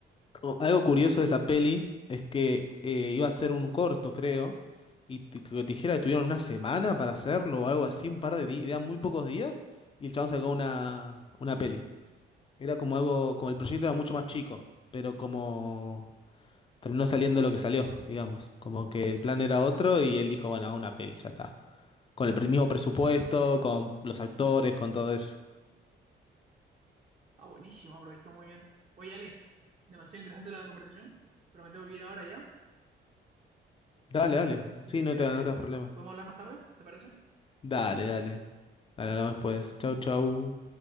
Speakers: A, on the left (about 25°); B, on the right (about 35°).
A: O- Algo curioso de esa peli es que eh, iba a ser un corto, creo, y te te dijera que tuvieron una semana para hacerlo o algo así, un par de días, eran muy pocos días, y el chabón sacó una, una peli. Era como algo, como el proyecto era mucho más chico, pero como terminó saliendo lo que salió, digamos, como que el plan era otro y él dijo, bueno, hago una peli, ya está. Con el pre- mismo presupuesto, con los actores, con todo eso.
B: Ah, buenísimo, aprovechó muy bien. Oye, Ale, demasiado interesante la conversación, pero me tengo que ir ahora ya.
A: Dale, dale,
B: Este,
A: sí, no te, no te das problema.
B: ¿podemos hablar más tarde? ¿Te parece?
A: Dale, dale. Dale, hablamos después. Chau,
B: Bueno,
A: chau.